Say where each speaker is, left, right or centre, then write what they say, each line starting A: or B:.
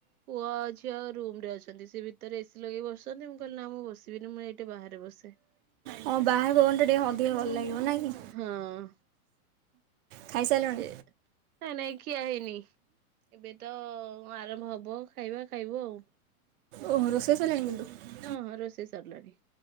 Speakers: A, on the right; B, on the right.
A: ପୁଅ ଝିଅ ରୁମ ରେ ଅଛନ୍ତି ସେ ଭିତରେ ଏସି ଲଗେଇ ବସଛନ୍ତି ମୁଁ କହିଲି ନା ମୁଁ ବସିବିନି ମୁଁ ଏଇଠି ବାହାରେ ବସିବି।
B: ହଁ ବାହାର ପବନ ଟା ଟିକେ ଅଧିକ ଭଲ ଲାଗିବ ନାଇଁ କି।
A: ହଁ
B: ଖାଇସାରିଲଣି
A: ସେ ନାଇଁ ନାଇଁ ଖିଆ ହେଇନି ଏବେ ତ ଆରମ୍ଭ ହବ ଖାଇବା ଖାଇବୁ ଆଉ।
B: ଓହୋ ରୋଷେଇ ସରିଲାଣି କିନ୍ତୁ।
A: ହଁ ହଁ ରୋଷେଇ ସରିଲାଣି।